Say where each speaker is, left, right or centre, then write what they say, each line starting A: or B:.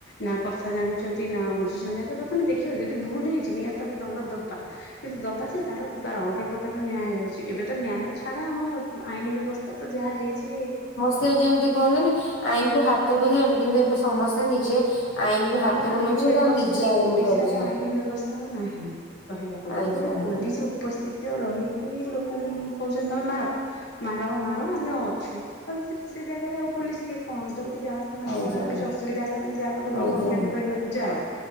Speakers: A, on the left (about 60°); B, on the left (about 85°).
A: ନା କଥା ଜାଣିଛନ୍ତି ନାଁ ବୁଝିଛନ୍ତି ଆଗେ ପ୍ରଥମେ ଦେଖିବା ଯଦି ଭୁଲ ହେଇଛି ନିଆ ତାକୁ ଦଣ୍ଡ ଦବା। କିନ୍ତୁ ଦବା ଯେ ତାର ତ ଅଲଗା ପ୍ରକାର ନ୍ୟାୟ ହେଉଛି ଏବେ ତ ନ୍ୟାୟ ଛାଡ଼ ଆମ ଆଇନ ବ୍ୟବସ୍ଥା ତ ଯାହା ହେଇଛି।
B: ସେ ଯେମିତି କୁହନ୍ତିନି ଆଇନକୁୁ ହାତକୁ ନିଅନି କିନ୍ତୁ ଏବେ ସମସ୍ତେ ନିଜେ ଆଇନକୁ ହାତକୁ
A: ଆମର ଆଇନ
B: ନଉଛନ୍ତି
A: ବ୍ୟବସ୍ଥା
B: ଆଉ ନିଜେ ଆଇନ
A: ଓଡିଶାରେ
B: କରୁଛନ୍ତି।
A: ଆଇନ ବ୍ୟବସ୍ଥା ତା ଆଉ ନାହିଁ କହିବାକୁ ଗଲେ
B: ଆଜ୍ଞା
A: ଯୋଉଟେ
B: ଆଜ୍ଞା
A: ପୋଲିସ ଉପସ୍ଥିତ ତ ରହିକି ଲୋକଙ୍କୁ କହୁଛନ୍ତି ତମେ ମାର ମାର ମାର ଆମେ ଅଛୁ। ଆଉ ସେ ସେ ଜାଗାରେ ଆଉ ପୋଲିସ କିଏ କଣ ଯୋଉଠି ଯାହା ମେ
B: ଆଜ୍ଞା
A: ତମର କିଛି ଅସୁବିଧା ହେଲା ତମେ ଯାହା ପାକୁନେଇ
B: ଆଜ୍ଞା
A: କମ୍ପ୍ଲେନ୍ କରିବାକୁ ଯାଅ।